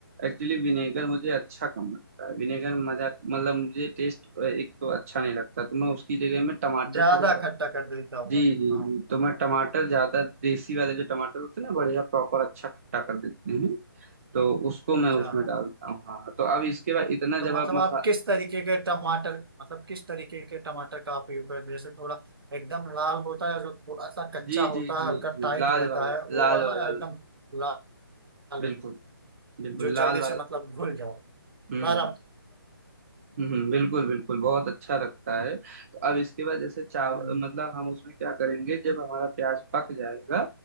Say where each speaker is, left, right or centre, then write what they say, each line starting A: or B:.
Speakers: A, on the right; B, on the right.
A: एक्चुअली विनेगर मुझे अच्छा कम लगता है विनेगर मजा मतलब मुझे टेस्ट एक तो अच्छा नहीं लगता तो मैं उसकी जगह में टमाटर
B: ज्यादा
A: थोड़े ब-
B: खट्टा कर देता होगा
A: जी जी
B: हाँ
A: जी तो मैं टमाटर ज्यादा देसी वाले जो टमाटर होते हैं ना बढ़िया प्रॉपर अच्छा खट्टा कर देते हैं तो उसको मैं
B: अच्छा
A: उसमें डालता हूँ हाँ तो अब इसके बाद इतना जब
B: तो मतलब
A: आप मसा
B: आप किस तरीके के टमाटर मतलब किस तरीके के टमाटर का आप यूज करते हैं जैसे थोड़ा एकदम लाल होता है जो थोड़ा सा कच्चा
A: जी जी
B: होता
A: जी
B: है हल्का
A: जी
B: टाइट
A: लाल
B: रहता
A: वाला
B: है वो
A: लाल
B: वाला
A: वाला
B: या एकदम लाल रहे?
A: बिल्कुल बिल्कुल
B: जो जल्दी
A: लाल
B: से
A: वाला
B: मतलब घुल जाओ
A: हम्म
B: नरम
A: हम्म बिल्कुल बिल्कुल बहुत अच्छा लगता है तो अब इसके बाद जैसे चाव
B: हम्म
A: मतलब हम उसमें क्या करेंगे जब हमारा प्याज पक जाएगा